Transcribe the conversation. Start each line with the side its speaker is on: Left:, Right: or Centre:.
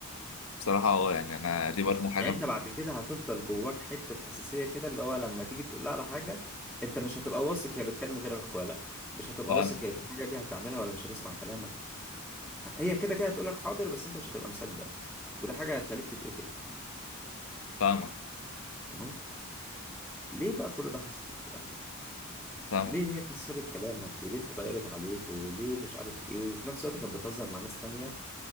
Left: بصراحه اه يعني انا دي برضه
Centre: بس
Left: حاجه
Centre: يعني انت
Left: من-
Centre: بعد كده هتفضل جواك حتة حساسية كده اللي هو لما تيجي تقول لها على حاجة انت مش هتبقى واثق هي بتكلم غيرك ولا لا مش هتبقى
Left: فاهم
Centre: واثق هي الحاجة دي هتعملها ولا مش هتسمع كلامك هي كده كده هتقول لك حاضر بس انت مش هتبقى مصدق وده حاجة هتخليك تتقفل
Left: فاهمك
Centre: تمام ليه بقى كل ده حصل يعني
Left: فاهمك
Centre: ليه هي كسرت كلامك وليه اتغيرت عليك وليه مش عارف ايه وفي نفس الوقت كانت بتهزر مع ناس تانية